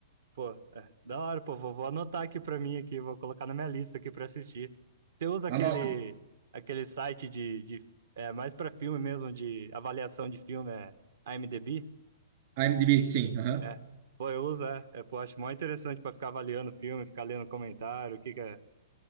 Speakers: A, on the right; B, on the right.
A: Pô, é, da hora, pô, vou, vou anotar aqui pra mim aqui, vou colocar na minha lista aqui pra assistir. Você usa aquele
B: Anota,
A: aquele site de, de é, mais pra filme mesmo, de avaliação de filme, é IMDb?
B: IMDb, sim, aham.
A: É. Pô, eu uso, é, é, pô, acho mó interessante pra ficar avaliando o filme, ficar lendo comentário, o que que é